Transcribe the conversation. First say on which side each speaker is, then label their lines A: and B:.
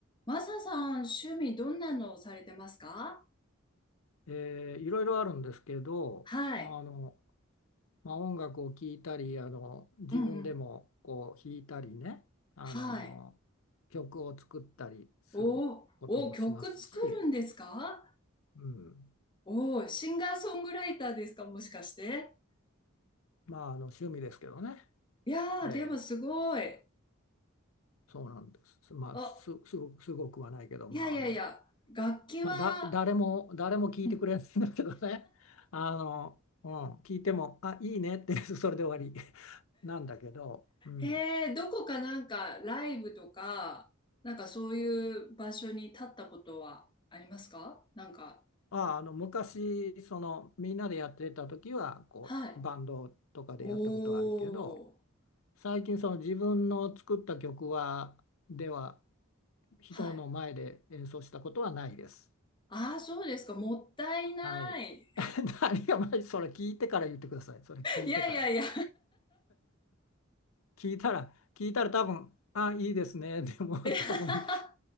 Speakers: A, on the left; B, on the left.
A: マサさん、趣味どんなのをされてますか
B: えーいろいろあるんですけど、
A: はい。
B: まああのまあ、音楽を聴いたりあの自分でもこう弾いたりねあの
A: うんうん。はい。
B: 曲を作ったりすることもしますし、
A: おーおー、曲作るんですか
B: うん、
A: おーシンガーソングライターですかもしかして。
B: まあ、あの趣味ですけどね、
A: いやー、
B: ええ
A: でもすごい。
B: そうなんです、まあ、
A: あ、
B: す、すごく、すごくはないけど、
A: いやいやいや、
B: まああの
A: 楽器は、
B: まあ、だ誰も誰も聴いてくれないんだけどね
A: うん
B: <laughs> あの、うん、聞いても「あいいね」って <laughs> それで終わり <laughs> なんだけど。うん
A: えー、どこかなんかライブとか、なんかそういう場所に立ったことはありますかなんか、
B: ああ、あの昔そのみんなでやってた時はこうバンドとかでやったことはあるけど
A: はい。おー、
B: 最近その自分の作った曲はでは人の前で演奏したことはないです。
A: はい。ああ、そうですか。もったいない。
B: はい。<laughs> 何がまあそれ聞いてから言ってください。それ聞いてから。
A: いやいやいや。
B: 聞いたら聞いたら多分あいいですね。でも多分
A: <laughs>